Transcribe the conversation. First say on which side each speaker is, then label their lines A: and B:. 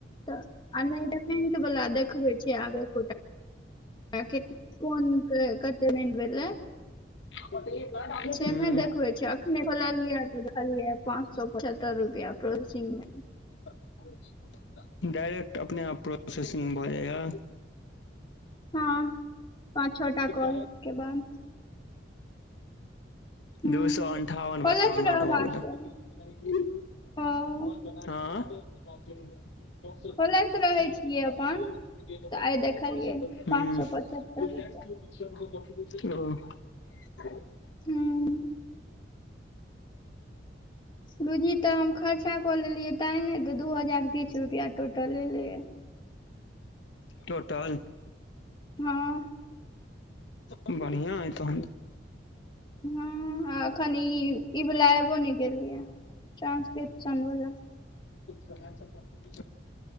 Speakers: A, on the left (about 25°); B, on the left (about 80°).
A: तऽ आ नहि देख <unintelligible> तऽ बला देखबै छी आब एकोटा के कोन कते रन भेलै
B: हूं
A: से नहि देखबै <unintelligible> खोललियै तऽ देखलिय पाँंच सए पचहत्तर रुपआ पड़ोसिंग में
B: <unintelligible> डायरेक्ट अपने आप प्रोसेसिंग भऽ जाए य
A: हँ पाँच छौ टा कॉल
B: ओ
A: के बाद हूँ
B: दू सए अन्ठावन
A: खोलैत
B: <unintelligible> ऑल आउट
A: रहबाक
B: भऽ गेलै
A: चाही हँ
B: आ <inaudible>
A: खोलैत रहै छियै अपन तऽ
B: ओ
A: आइ देखलियै पाँच सए पचहत्तर रुपआ
B: <inaudible>
A: हूँ बुजी तऽ हम <unintelligible> अच्छा कऽ लेलियै तै ने तऽ दू-दू हजार किछ रुपैआ टोटल एलैए
B: टोटल
A: हँ
B: बढ़िया अइ तहन त
A: हँ आ एखन ई ई वला एबो नहि केलैये ट्रांसक्रिप्शन वला
B: प <inaudible>